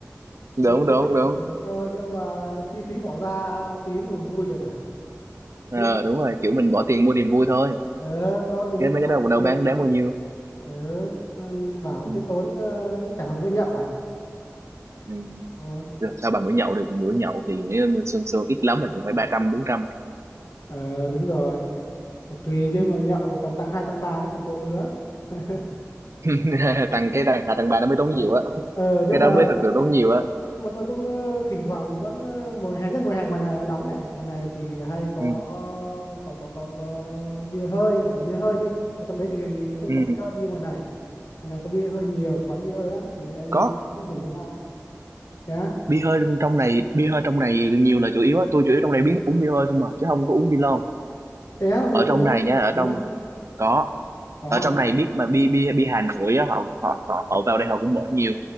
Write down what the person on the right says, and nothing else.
đúng
đúng đúng
Ờ,
đúng rồi kiểu mình bỏ tiền mua niềm vui thôi
cái
mấy
cái
đó cũng đâu
bán đáng bao nhiêu
ừ.
Ừ.
Được, sao bằng bữa nhậu được bữa nhậu thì nếu như sương sương ít lắm thì cũng phải ba trăm bốn trăm
Ừ.
<laughs> thằng cái đàn hạ thằng bà nó mới tốn nhiều á
cái
đó mới thật sự tốn nhiều á
ừ.
Ừ.
có
bia hơi trong này bia hơi trong này nhiều là chủ yếu á tôi chủ yếu trong này biết uống bia hơi không mà chứ không có uống bia lon
ở
trong
này nha ở
trong có
ở trong
này biết mà bia bia bia Hà Nội á họ họ họ, họ vào đây họ cũng mở nhiều